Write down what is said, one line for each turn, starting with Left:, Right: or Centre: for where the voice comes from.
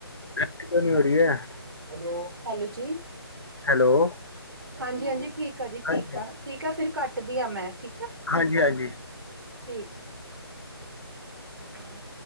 Left: ਹੰਡ ਕਉ ਨਹੀ ਹੋ ਰਹੀ ਹੈ।
Right: ਹੈਲੋ ਹੈਲੋ ਜੀ।
Left: ਹੈਲੋ।
Right: ਹਾਂਜੀ ਹਾਂਜੀ ਠੀਕ ਆ ਜੀ ਠੀਕ
Left: ਹਾਂਜੀ
Right: ਆ ਠੀਕ ਆ ਫਿਰ ਘੱਟਦੀ ਹਾਂ ਮੈਂ ਠੀਕ ਆ।
Left: ਹਾਂਜੀ ਹਾਂਜੀ
Right: ਠੀਕ ਆ। ਹਾਂ।